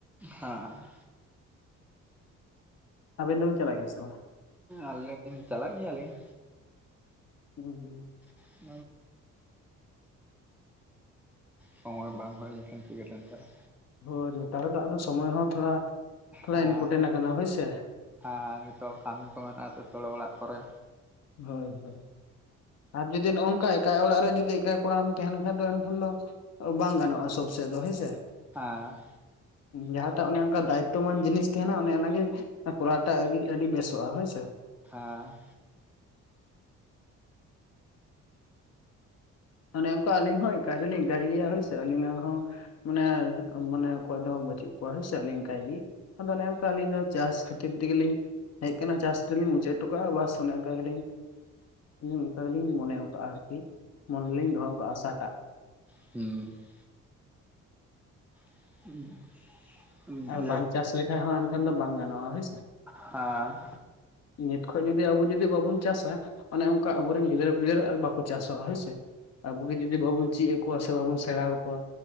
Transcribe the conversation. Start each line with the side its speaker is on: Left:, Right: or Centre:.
Centre: ᱦᱟᱸ
Left: ᱟᱵᱤᱱ ᱫᱚᱵᱤᱱ ᱪᱟᱞᱟᱜ ᱜᱮᱭᱟ ᱥᱮ ᱵᱟᱝ?
Centre: ᱟᱞᱤᱧ ᱪᱟᱞᱟᱜ ᱜᱮᱭᱟᱞᱤᱧ᱾
Left: <unintelligible>
Centre: <unintelligible> ᱥᱚᱢᱚᱭ ᱵᱟᱝ ᱦᱩᱭ ᱞᱮᱱᱠᱷᱟᱱ ᱪᱤᱠᱟᱹᱛᱮᱢ ᱪᱟᱞᱼᱟ᱾
Left: ᱦᱳᱭ ᱱᱮᱛᱟᱨ ᱫᱚ ᱟᱫᱚ ᱥᱚᱢᱳᱚᱭ ᱦᱚᱸ ᱛᱷᱚᱲᱟ ᱛᱷᱚᱲᱟ
Centre: ᱦᱮᱸ
Left: ᱤᱱᱯᱨᱴᱮᱱᱴ ᱟᱠᱟᱱᱟ ᱦᱳᱭ ᱥᱮ᱾
Centre: ᱦᱮᱸ ᱱᱤᱛᱚᱜ ᱠᱟᱹᱢᱤ ᱠᱚ ᱢᱮᱱᱟᱜᱼᱟ ᱛᱚ ᱚᱲᱟᱜ ᱠᱚᱨᱮ,
Left: ᱦᱳᱭ ᱦᱳᱭ᱾ ᱟᱨ ᱡᱩᱫᱤ ᱱᱚᱜ ᱱᱚᱝᱠᱟ ᱮᱠᱟᱟᱭ ᱚᱲᱟᱜ ᱨᱮ ᱡᱩᱫᱤ ᱮᱠᱟᱭ ᱠᱚᱲᱟᱢ ᱛᱟᱦᱮᱱ ᱠᱷᱟᱡ ᱫᱚ ᱮᱱᱠᱷᱟᱱ ᱫᱚ ᱵᱟᱝ ᱜᱟᱱᱚᱜᱼᱟ ᱥᱚᱵ ᱥᱮᱮᱫ ᱫᱚ ᱦᱮᱸᱥᱮ᱾
Centre: ᱦᱮᱸ
Left: ᱡᱟᱦᱟᱸᱴᱟᱜ ᱚᱱᱮ ᱚᱱᱠᱟ ᱫᱟᱭᱤᱛᱚᱢᱟᱱ ᱡᱤᱱᱤᱥ ᱛᱟᱦᱮᱱᱟ ᱚᱱᱮ ᱚᱱᱟᱜᱮ ᱠᱚᱨᱟᱣᱴᱟᱜ ᱟᱹᱰᱤ ᱵᱮᱥᱚᱜᱼᱟ ᱦᱳᱭᱥᱮ᱾
Centre: ᱦᱮᱸ᱾
Left: ᱚᱱᱮ ᱚᱱᱠᱟ ᱟᱹᱞᱤᱧ ᱦᱚᱸ ᱮᱱᱠᱟᱭ ᱫᱚ ᱞᱤᱧ ᱚᱱᱠᱟᱭ ᱜᱮᱭᱟ ᱥᱮ ᱟᱹᱞᱤᱧᱟᱜ ᱦᱚᱸ, ᱢᱟᱱᱮ ᱢᱟᱱᱮ ᱚᱠᱚᱭ ᱫᱚ ᱵᱟᱹᱪᱩᱜ ᱠᱚᱣᱟ ᱦᱩᱭ ᱥᱮ ᱟᱹᱞᱤᱧ ᱮᱠᱟᱭ ᱜᱤ, ᱟᱫᱚ ᱚᱱᱮ ᱚᱱᱠᱟ ᱟᱹᱞᱤᱧ ᱫᱚ ᱪᱟᱥ ᱠᱷᱟᱹᱛᱤᱨ ᱛᱮᱜᱮᱞᱤᱧ ᱦᱮᱡ ᱟᱠᱟᱱᱟ ᱪᱟᱥ ᱛᱮᱫᱞᱤᱧ ᱢᱩᱪᱟᱹᱫ ᱦᱚᱴᱚ ᱠᱟᱜᱼᱟ, ᱵᱟᱥ ᱚᱱᱮ ᱚᱱᱠᱟ ᱜᱮᱞᱤᱧ ᱟᱹᱞᱤ ᱚᱱᱠᱟ ᱜᱮᱞᱤᱧ ᱢᱚᱱᱮᱣᱠᱟᱜᱼᱟ ᱟᱨᱠᱤ ᱢᱚᱱᱮ ᱨᱮᱞᱤᱧ ᱫᱚᱦᱚ ᱠᱟᱜᱼᱟ ᱟᱥᱟᱴᱟᱜ᱾
Centre: <unintelligible> <unintelligible>
Left: ᱟᱨ
Centre: ᱫᱤᱭᱮ
Left: ᱵᱟᱝ ᱪᱟᱥ ᱞᱮᱠᱷᱟᱡ ᱦᱚᱸ ᱮᱱᱠᱷᱟᱱ ᱫᱚ ᱵᱟᱝ ᱜᱟᱱᱚᱜᱼᱟ ᱦᱳᱭᱥᱮ᱾
Centre: ᱦᱟᱸ
Left: ᱱᱤᱛ ᱠᱷᱚᱡ ᱡᱩᱫᱤ ᱟᱵᱚ ᱡᱩᱫᱤ ᱵᱟᱵᱚᱱ ᱪᱟᱥᱟ᱾ ᱚᱱᱮ ᱚᱱᱠᱟ ᱟᱵᱚᱨᱮᱱ ᱜᱤᱫᱽᱟᱹᱨᱟᱹ ᱯᱤᱫᱟᱹᱨ ᱵᱟᱠᱚ ᱪᱟᱥᱚᱜᱼᱟ ᱦᱳᱭ ᱥᱮ᱾ ᱟᱵᱚ ᱜᱮ ᱡᱩᱫᱤ ᱵᱟᱵᱚᱱ ᱪᱮᱫ ᱟᱠᱚᱣᱟ ᱥᱮ ᱵᱟᱵᱩᱱ ᱥᱮᱬᱟ ᱟᱠᱚᱣᱟ